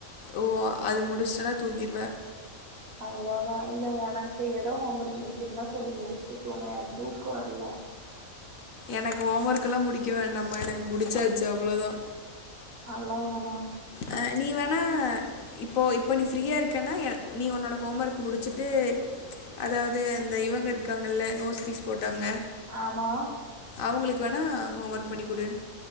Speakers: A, on the left (about 75°); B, on the right (about 50°).
A: ஓ அது முடிச்டனா தூங்கிருவ
B: அவ்ளோதா இல்ல உனக்கு ஏதோ ஹோம் ஒர்க் புடிக்குன்னதா சொல்லி முடிச்சுட்டு தூங்கறே எனக்கு தூக்க வர்ல
A: எனக்கு ஹோம் ஒர்க்லா முடிக்க வேண்டாம எனக்கு முடிச்சாச்சு அவ்ளதா
B: அவ்ளோ தானா
A: அ நீ வேணா இப்போ இப்ப நீ ஃப்ரீயா இருக்கனா எனக் நீ ஒன்னோட ஹோம் ஒர்க் முடிச்சுட்டு அதாவ்து அந்த இவங்க இருக்காங்கல்ல நோட்ஸ் பீஸ் போட்டவங்க
B: ஆமா
A: அவுங்களுக்கு வேணா ஹோம் ஒர்க் பண்ணி குடு